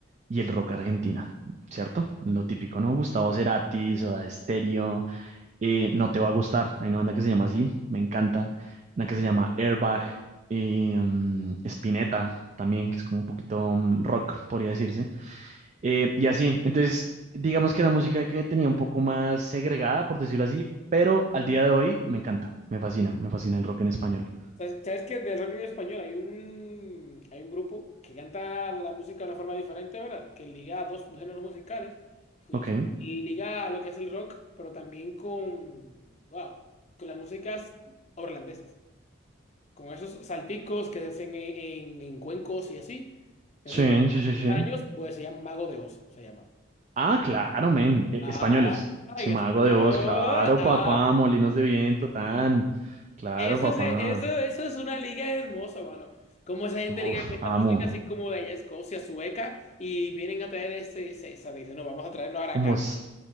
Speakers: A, on the right (about 35°); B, on the left (about 35°).
A: y el rock argentina, ¿cierto? Lo típico, ¿no? Gustavo Cerati, Soda Stereo, eh, No Te Va a Gustar. Hay una banda que se llama así, me encanta. Una que se llama Airbag, eh, mm, Spinetta también, que es como un poquito mm, rock, podría decirse. Eh, y así, entonces, digamos que era música que tenía un poco más segregada, por decirlo así, pero al día de hoy me encanta, me fascina, me fascina el rock en español.
B: ¿Sabes, sabes que del rock en español hay un, hay un grupo que canta la música de una forma diferente, ¿verdad? Que liga a dos géneros musicales y
A: Ok,
B: y liga a lo que es el rock, pero también con, wow, con las músicas holandesas, con esos salticos que se hacen en, en- en cuencos y así. Esos
A: sí, sí, sí, sí.
B: años, pues se llama Mago de Oz, se llama.
A: Ah, claro, men, eh,
B: Ah,
A: españoles. Si
B: en
A: me
B: español.
A: hago de voz, claro,
B: ah,
A: papá, molinos de viento, tan, claro,
B: Eso,
A: papá.
B: sí- eso, eso es una liga hermosa, mano. Como esa gente liga
A: Uf,
B: esta
A: amo.
B: música así como de allá, Escocia, Sueca, y vienen a traer ese, ese- esa. Dicen, no, vamos a traerlo ahora
A: Como,
B: acá.
A: s-